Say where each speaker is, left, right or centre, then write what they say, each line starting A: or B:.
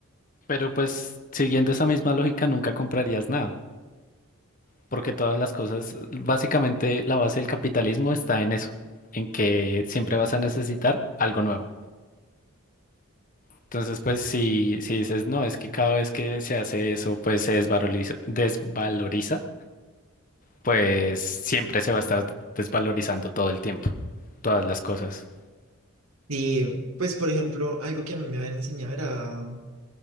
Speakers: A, on the left; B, on the right.
A: Pero pues, siguiendo esa misma lógica, nunca comprarías nada, porque todas las cosas, básicamente la base del capitalismo está en eso, en que siempre vas a necesitar algo nuevo. Entonces, pues si, si dices, no, es que cada vez que se hace eso, pues se desvaloriza, desvaloriza, pues siempre se va a estar desvalorizando todo el tiempo, todas las cosas.
B: Y pues, por ejemplo, algo que a mí me habían enseñado era,